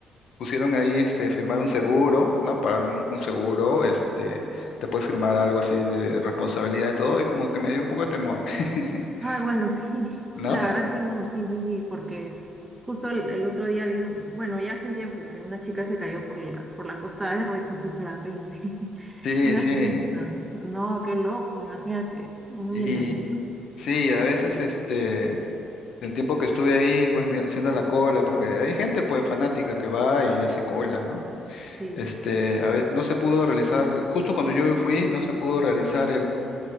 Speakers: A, on the left (about 70°); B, on the right (about 15°).
A: pusieron ahí este, firmar un seguro, ¿no? Pagar un, un seguro, este, te puede firmar algo así de responsabilidad de todo y como que me dio un poco de temor, <laughs>
B: Ah, bueno, <laughs> sí.
A: ¿no?
B: La verdad que no, sí, sí, sí, porque justo el, el otro día vi un, bueno, ya hace un tiempo que una chica se cayó por la, por la Costa Verde con su parapente. <laughs>
A: Sí,
B: Una
A: sí.
B: turista. No, qué loco, imagínate, un
A: Y
B: vientecito.
A: sí, a veces este, el tiempo que estuve ahí, pues vi- haciendo la cola, porque hay gente pues fanática que va y hace cola, ¿no?
B: Sí,
A: Este, a ve- no se pudo realizar, justo cuando yo fui, no se pudo realizar